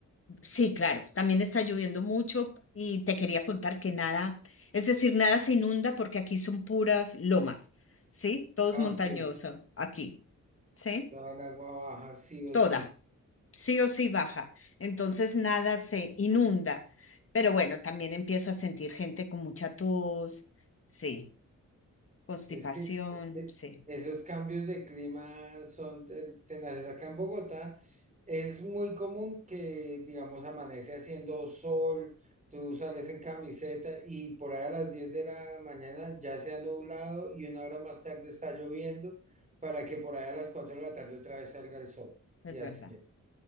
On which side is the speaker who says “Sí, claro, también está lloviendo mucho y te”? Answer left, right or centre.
Left